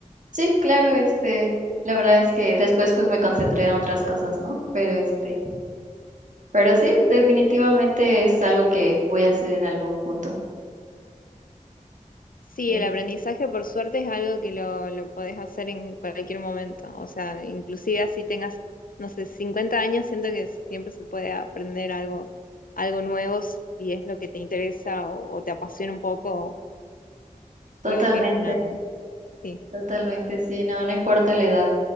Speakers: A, on the right; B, on the left.
A: Sí, claro, este, la verdad es que después pues me concentré en otras cosas, ¿no? Pero este, pero sí, definitivamente es algo que voy a hacer en algún punto.
B: Sí,
A: Eh,
B: el aprendizaje por suerte es algo que lo, lo podés hacer en cualquier momento. O sea, inclusive así tengas, no sé, 50 años, siento que siempre se puede aprender algo, algo nuevo si es lo que te interesa o, o te apasiona un poco.
A: totalmente,
B: Creo que es una... Sí,
A: totalmente, sí, no, no importa la edad,